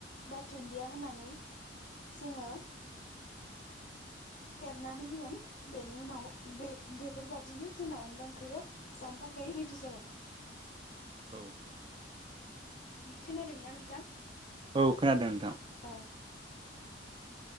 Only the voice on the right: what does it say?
औ।
औ खोनादों नोंथां।